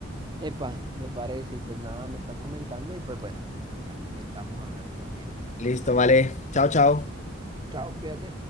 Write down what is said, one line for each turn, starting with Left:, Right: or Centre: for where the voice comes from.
Right: Epa, me parece, y pues nada, me estás comentando y pues bueno, ahí estamos hablando más bien.
Left: Listo, vale. Chao, chao.
Right: Chao, cuídate.